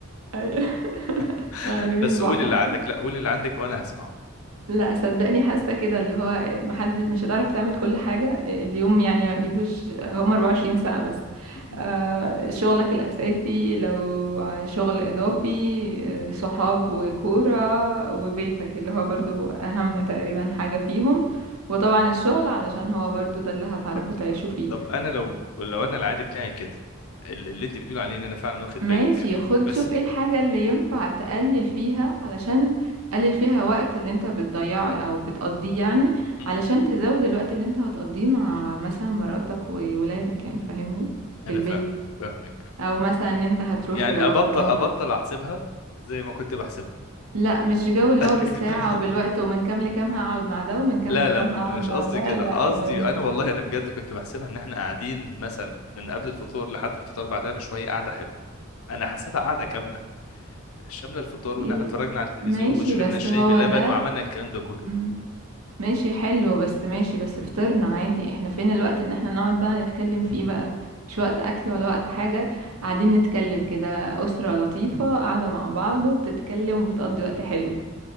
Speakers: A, on the right; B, on the left.
A: ايوه <laughs>
B: <laughs>
A: آه، رمي
B: بس
A: البحر
B: قولي اللي عندك لا قولي اللي عندك وانا هسمعه
A: لا صدقني حاسه كده اللي هو محدش مش هتعرف تعمل كل حاجه آه، اليوم يعني ما فيهوش آه، هم 24 ساعه بس
B: مم.
A: آه، شغلك الاساسي لو شغل اضافي آه، صحاب وكوره وبيتك اللي هو برضو اهم تقريبا حاجه فيهم وطبعا الشغل علشان هو برضو ده اللي هتعرفوا
B: طب
A: تعيشوا فيه
B: طب انا لو لو انا العادي بتاعي كده اللي اللي انت بتقول عليه ان انا فعلا واخد
A: ماشي
B: بالي وكده
A: خد
B: بس
A: شوف ايه الحاجة اللي ينفع تقلل فيها علشان تقلل فيها وقت اللي انت بتضيعه او بتقضيه يعني
B: مم.
A: علشان تزود الوقت اللي انت هتقضيه مع مثلا مراتك وولادك يعني فاهمني في
B: انا
A: البيت
B: فاهمك فاهمك
A: او مثلا ان انت هتروح
B: يعني
A: لباباك
B: ابطل
A: ومامتك
B: ابطل احسبها زي ما كنت بحسبها
A: لا مش جو اللي
B: <laughs>
A: هو بالساعة وبالوقت ومن كام لكام هقعد مع ده ومن كام
B: لا
A: لكام
B: لا
A: هقعد
B: مش
A: مع
B: قصدي
A: ده
B: كده
A: لا
B: قصدي
A: يعني
B: انا والله انا بجد كنت بحسبها ان احنا قاعدين مثلا من قبل الفطور لحد الفطار بعدها بشويه قاعده حلوه انا حاسبها قاعده كامله شامله الفطار
A: ال-
B: وان احنا اتفرجنا على التلفزيون
A: ماشي
B: وشربنا
A: بس
B: الشاي
A: هو
B: بلبن
A: ده
B: وعملنا الكلام ده كله
A: امم ماشي حلو بس ماشي بس فطرنا عادي احنا فين الوقت ان احنا نقعد بقى نتكلم فيه بقى مش وقت اكل ولا وقت حاجة قاعدين نتكلم كده اسرة لطيفة قاعدة مع بعض وبتتكلم وبتقضي وقت حلو